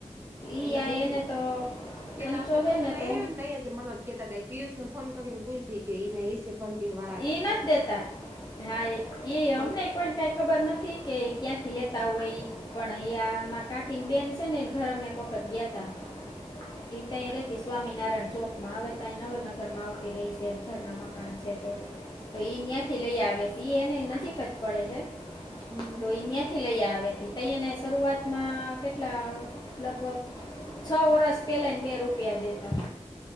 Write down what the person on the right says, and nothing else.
એટલે
મેધું
પેલા
અમે
હંજો
લઈ
આવ. તં જ મ જ કેતા હતા પિયુષનેન કરીને પૂછ કે ઇ નને એ શ. પણકે વાત-
કોઈક
હા.
હમ